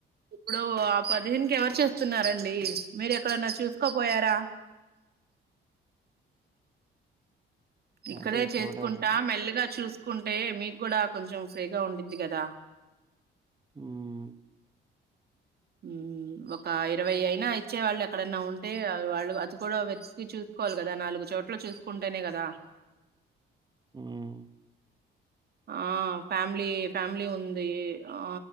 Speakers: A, on the right; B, on the right.
A: ఇప్పుడు ఆ పదిహేను కి ఎవర చేస్తున్నారండి మీరు ఎక్కడన్నా చూస్ కొపోయార ఇక్కడే
B: అదే
A: చేసుకుంటా
B: చూడాలండి
A: మెల్లిగా చూస్ కుంటే మీకు కూడా కొంచెం ఫ్రీగా ఉండిద్ది కదా
B: హ్మ్మ్
A: హ్మ్మ్ ఒక్క ఇరవై అయి నాయ్ చ్చే వాళ్ళు ఎక్కడన్నా ఉంటే ఆ వాళ్ళు అద్ది కూడా వెతికి చూస్ కోళ్లు గదా నాలుగు చోట్ ట్లో చూసుకుంటేనే గదా
B: మ్మ్,
A: ఆ ఫ్యామిలీ ఫ్యామిలీ ఉంది. ఆ